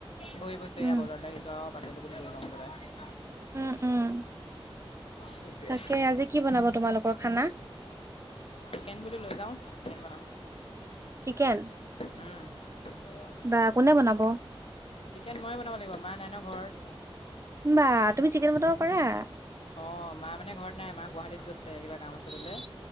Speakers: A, on the left (about 75°); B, on the right (about 30°).
A: ঘূৰি ফুৰিছোঁ
B: উম
A: এয়া বজাৰলে আহিছ <unintelligible>
B: উম উম
A: সেইটোৱে
B: তাকে আজি কি বনাব তোমালোকৰ খানা
A: চিকেন বোলো লৈ যাওঁ চিকেন বনাম
B: চিকেন
A: উম
B: বা কোনে বনাব
A: চিকেন ময়ে বনাব লাগিব মা নাই ন ঘৰত
B: বা তুমি চিকেন বনাব পাৰা
A: অ মা মানে ঘৰত নাই মা গুৱাহাটীত গৈছে কিবা কাম আছে বোলে